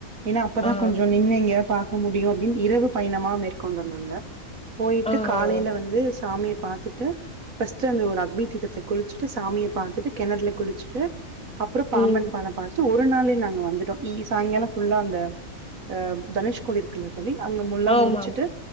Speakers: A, on the right; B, in the centre.
A: ஏன்னா அப்பதா
B: ஆ
A: கொஞ்சோ நின்னு எங்கயா பாக்க முடியு அப்டின்னு இரவு பயணமா மேற்கொண்டோ நாங்க போயிட்டு
B: ஆ ஆ.
A: காலைல வந்துஸ் சாமிய பாத்துட்டு ஃப்ஸ்ட் அந்த ஒரு அக்னி தீர்த்ததுல குளிச்சுட்டு சாமிய பாத்துட்டு கெணத்துல குளிச்சுட்டு அப்புறோ பாம்பன்
B: ம்
A: பாலம் பாத் து ஒரு நாள்லயே நாங்க வந்துட்டோ இ சாயங்காலோ ஃபுல்லா அந்த அ தனுஷ்கோடி இருக்குல்ல தோலி அங்க முல்லா
B: ஆமா
A: முடிச்சுட்டு்